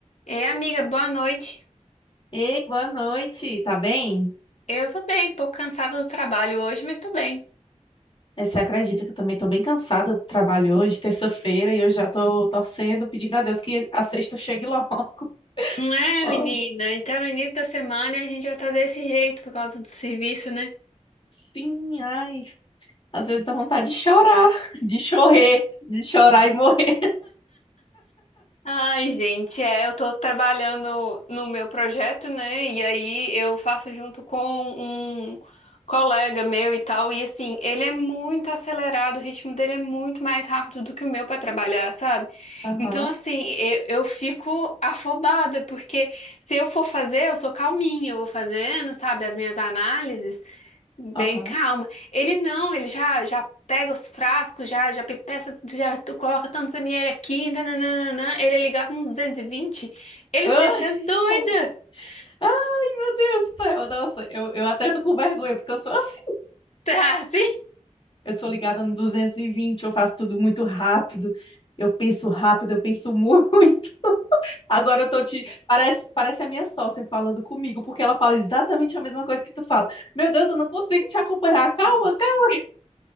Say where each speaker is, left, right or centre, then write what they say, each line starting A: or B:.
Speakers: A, on the left; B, on the left.
A: Ei, amiga, boa noite.
B: Ei, boa noite, tá bem?
A: Eu tô bem, um pouco cansada do trabalho hoje, mas tô bem.
B: Eh, Você acredita que eu também tô bem cansada do trabalho hoje, terça-feira, e eu já tô torcendo, pedindo a Deus que a sexta chegue logo. <laughs>
A: Não é,
B: Oh,
A: menina? Então, no início da semana a gente já tá desse jeito por causa do serviço, né?
B: sim, ai, às vezes dá vontade de chorar, <laughs> de chorar, de chorar e morrer.
A: Ai, gente, é, eu tô trabalhando no meu projeto, né? E aí eu faço junto com um colega meu e tal, e assim, ele é muito acelerado, o ritmo dele é muito mais rápido do que o meu pra trabalhar, sabe?
B: Aham,
A: Então, assim, eu, eu fico afobada, porque se eu for fazer, eu sou calminha, eu vou fazendo, sabe, as minhas análises. Bem
B: aham.
A: calmo. Ele não, ele já já pega os frascos, já já pipeta, já tu coloca tantos ml aqui, nananana. Ele é ligado nos 220. Ele
B: Ai,
A: me deixa doida.
B: tá.
A: <laughs>
B: Ai, meu Deus do céu, nossa, eu, eu até tô com vergonha, porque eu sou assim,
A: Tá, assim?
B: eu sou ligada no 220, eu faço tudo muito rápido, eu penso rápido, eu penso <laughs> muito. Agora eu tô te. Parece, parece a minha sócia falando comigo, porque ela fala exatamente a mesma coisa que tu fala. Meu Deus, eu não consigo te acompanhar. Calma, calma.